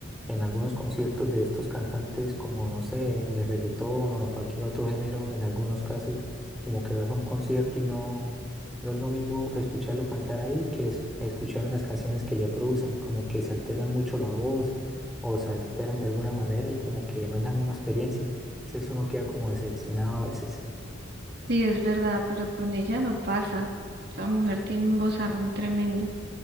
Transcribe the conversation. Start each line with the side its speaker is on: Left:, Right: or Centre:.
Centre: en algunos conciertos de estos cantantes, como no sé, de reggaetón o de cualquier otro género, en algunos casos, como que vas a un concierto y no, no es lo mismo escucharlo cantar ahí que es, escuchar las canciones que ya producen, como que se alteran mucho la voz o se alteran de alguna manera y como que no es la misma experiencia. Entonces uno queda como decepcionado a veces.
Right: Sí, es verdad, pero con ella no pasa. Esa mujer tiene un vozarrón tremendo.